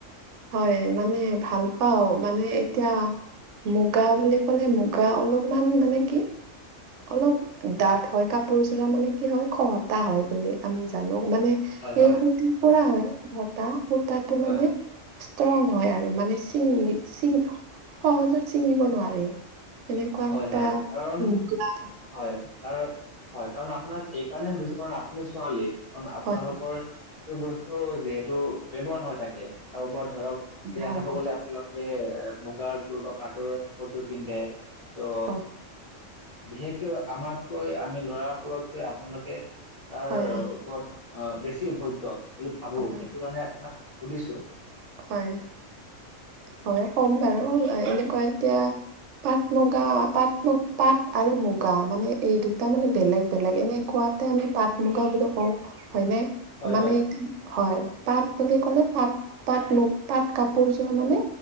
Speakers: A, on the right; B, on the left.
A: হয় মানে ভাল পাওঁ মানে এতিয়া মুগা বুলি ক'লে মুগা অলপমান মানে কি অলপ
B: উম
A: ডাত হয় কাপোৰযোৰা মানে কি হয় খহতা হয় বুলি আমি জানো মানে সেই
B: হয় হয়
A: সূতাৰ পৰা হয় বতা সূতাটো
B: হয়
A: মানে ষ্ট্ৰং হয় আৰু মানে চিঙ চিঙ সহজত চিঙিব নোৱাৰে। তেনেকুৱা
B: হয়
A: সূতা
B: হয় হয় কাৰণ
A: মূগা
B: হয় কাৰ হয় কাৰণ আপোনাক এই কাৰণে সুধিছো কাৰণ আপুনি ছোৱালী। কাৰণ আপোনালোকৰ
A: হয়
B: এইটো বস্তু যিহেতু ব্যৱহাৰ হৈ থাকে কাৰোবাৰ ধৰক বিয়া
A: হয় হয়
B: খাব
A: হয়
B: গলে আপোনালোকে এ মুগাৰ জোৰ বা পাটৰৰ কাপৰ জোৰ পিন্ধে। ত'
A: হয়
B: বিশেষকে আমাতকৈ আমি ল'ৰা সকলতকৈ আপোনালোকে তাৰ
A: হয়
B: ওপৰত অ', বেছি অভিজ্ঞ বুলি ভাবো
A: হয়
B: সেইটো কাৰণে আপোনাক সুধিছো।
A: হয় হয় কম বাৰু এনেকুৱা এতিয়া পাট মুগা পাট মুগ পাট আৰু মুগা মানে এই দুটা মানে বেলেগ বেলেগ এনেকুৱাত তাতে আমি পাট মুগা বুলি কওঁ হয়নে।
B: হয়
A: মানে
B: হয়।
A: হয় পাত বুলি ক'লে পাত পাট মু পাট কাপোৰযোৰ মানে